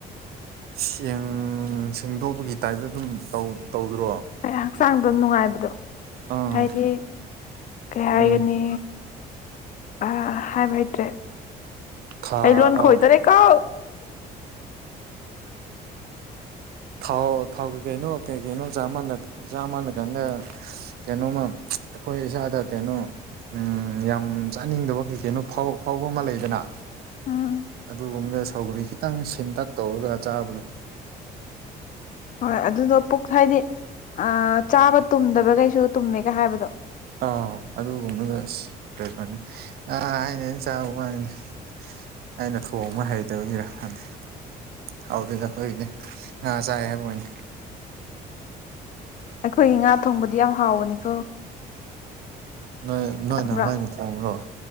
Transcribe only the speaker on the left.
ꯍꯛꯆꯥꯡꯗꯣ ꯅꯨꯡꯉꯥꯏꯕꯗꯣ
ꯍꯥꯏꯗꯤ ꯀꯩ ꯍꯥꯏꯒꯅꯤ
ꯑꯥ ꯍꯥꯏꯕ ꯍꯩꯇ꯭ꯔꯦ
ꯑꯩ ꯂꯣꯟ ꯈꯣꯏꯗꯣꯔꯦꯀꯣ
ꯎꯝ
ꯍꯣꯏ ꯑꯗꯨꯗꯣ ꯄꯨꯛ ꯍꯥꯏꯗꯤ ꯑꯥ ꯆꯥꯕ ꯇꯨꯝꯗꯕ ꯒꯧꯁꯨ ꯇꯨꯝꯃꯦꯒ ꯍꯥꯏꯕꯗꯣ
ꯑꯈꯣꯏꯒꯤ ꯉꯥ ꯊꯣꯡꯕꯗꯤ ꯌꯥꯝ ꯍꯥꯎꯕꯅꯤꯀꯣ
ꯈꯪꯕ꯭ꯔꯥ